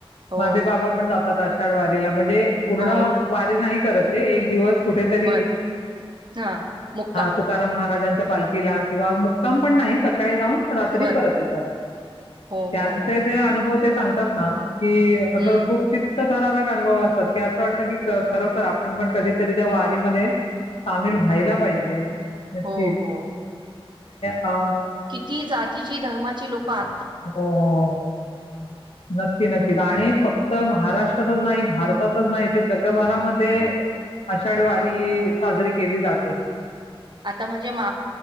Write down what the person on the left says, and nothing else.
माझे बाबा पण जातात, आषाढ आषाढी वारीला. म्हणजे पूर्ण
वारी नाही करत- ते एक दिवस- कुठेतरी
तुकाराम महाराजांन पालखीला किंवा मुक्काम पण नाहीच सकाळी जाऊन रात्री
परत येतात.
त्यांचे
जे अनुभव ते सांगतात ना, की अस
खूप चित्त- अनुभवात. <unintelligible> <unintelligible> <inaudible> की खरोखर
आपण पण कधी. तरी त्या वारीमध्ये- सामील व्हायला पाहिजे नक्कीच,..
अ.
हो, हो, नक्की, नक्की, आणि फक्त महाराष्ट्र- महाराष्ट्रातच नाही, भारतातच नाही, तर जगभरामध्ये आषाढी वारी साजरी केली जाते.